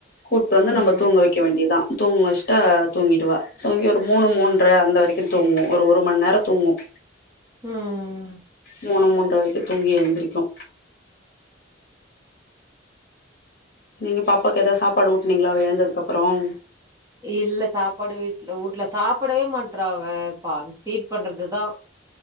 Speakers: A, on the left (about 50°); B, on the right (about 15°).
A: கூட்டு வந்து
B: ம் ம்
A: நம்ம தூங்க வைக்க வேண்டியதான் தூங்கவஷ்டா தூங்கிகுவா தூங்கி ஒரு மூணு மூன்ற அந்த வரைக்கும் தூங்கும் ஒரு ஒரு மண்நேரம் தூங்கும்
B: ம்
A: மூனு மூன்ற வரைக்கும் தூங்கி எந்திருக்கும் நீங்க பாப்பாவுக்கு ஏதாவ சாப்பாடு ஊட்னீங்ளா அவ ஏழுந்ததுக்கு அப்பறம்
B: இல்ல சாப்பாடு வீட்டுல ஊட்ல சாப்பிடவே மாட்றா அவ ஃபீட் பண்றதுதான்